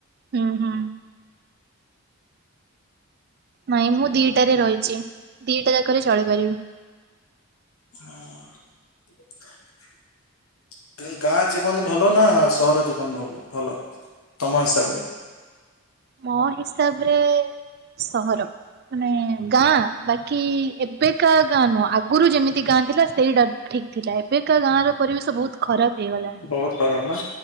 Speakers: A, on the right; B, on the left.
A: ହୁଁ ହୁଁ। ନାଇଁ ମୁଁ ଦିଟାରେ ରହିଛି ଦିଟା ଯାକରେ ଚଳିପାରିବି‌।
B: <unintelligible> ଗାଁ ଜୀବନ ଭଲ ନା ସହର ଜୀବନ ଭଲ ଭଲ ତମ ହିସାବରେ।
A: ମୋ ହିସାବରେ ସହର‌। ମାନେ ଗାଁ ବାକି ଏବେକା ଗାଁ ନୁହଁ ଆଗରୁ ଯେମିତି ଗାଁ ଥିଲା ସେଇଟା ଠିକ୍ ଥିଲା ଏବେକା ଗାଁ ର ପରିବେଶ ବହୁତ ଖରାପ ହେଇଗଲାଣି‌।
B: ବହୁତ ଖରାପ ନା